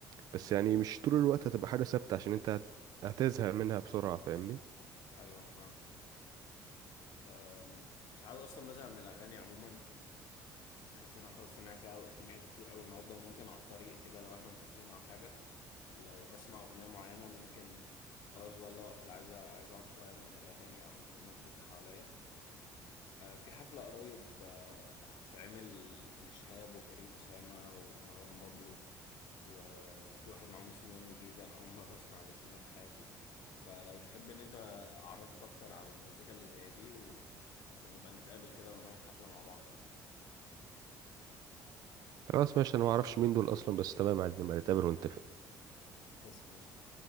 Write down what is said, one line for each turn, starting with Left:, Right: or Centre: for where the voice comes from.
Right: بس
Left: مم.
Right: يعني مش طول الوقت هتبقى حاجه ثابته عشان انت هت- هتزهق منها بسرعه فاهمني
Left: ايوه انا فاهم أم... ساعات اصلا بزهق من الاغاني عموما بحس ان انا خلاص سمعت او سمعت كتير قوي النهارده وممكن على الطريق كده لو احنا مسافرين او حاجة لو بسمع أغنية معينة ممكن خلاص بقى اللي هو أقفل عايز عايز أقعد شوية من غير أغاني أو من غير مزيكا حواليا آه، في حفلة قريب آه، هتتعمل لشهاب وكريم أسامة ومروان بابلو وفي واحد معاهم اسمه يونج جيزة أنا أول مرة أسمع الاسم ده في حياتي فلو تحب إن أنت أعرفك أكتر على المزيكا اللي زي دي و... ونبقى نتقابل كده ونروح الحفلة مع بعض
Right: خلاص ماشي انا ما اعرفش مين دول اصلا بس تمام عادي نبقى نتقابل ونتفق
Left: <laughs> خلاص ماشي